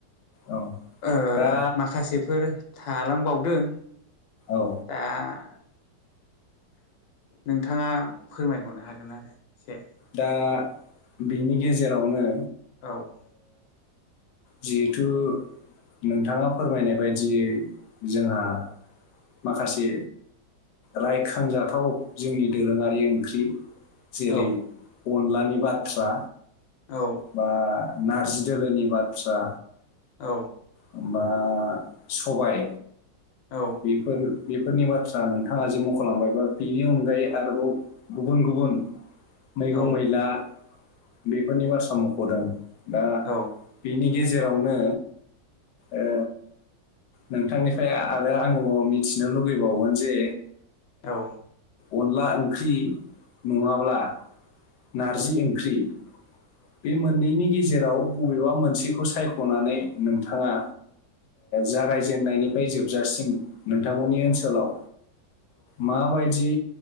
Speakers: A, on the left; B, on the left.
A: औ
B: ओ
A: दा
B: माखासेफोर थालांबावदों
A: औ
B: दा <inaudible> नोंथाङा फोरमायहरनो हागोन आरो एसे
A: दा बिनि गेजेरावनो
B: औ
A: जिहेथु नोंथाङा फोरमायनाय बायदियै जोंहा माखासे रायखांजाथाव जोंनि दोरोङारि ओंख्रि जेरै
B: औ
A: अनलानि बाथ्रा
B: औ
A: बा नारजि दोलोनि बाथ्रा
B: औ
A: होनबा सबाय
B: औ
A: बेफोर बेफोरनि बाथ्रा नोंथाङा जे मखलांबाय बा बेनि अनगायै आरोबाव गुबुन गुबुन मैगं
B: औ
A: मैला बेफोरनि बाथ्रा मखदों दा
B: औ
A: बेनि गेजेरावनो ओ नोंथांनिफ्राय आरो आं मिथिनो लुगैबावगोन जे
B: औ
A: अनला ओंख्रि नङाब्ला नारजि ओंख्रि बे मोननैनि नि गेजेराव बबेबा मोनसेखौ सायखनानै नोंथां बिथाङा जागायजेननायनिफ्राय जोबजासिम नोंथांमोननि ओनसोलाव माबायदि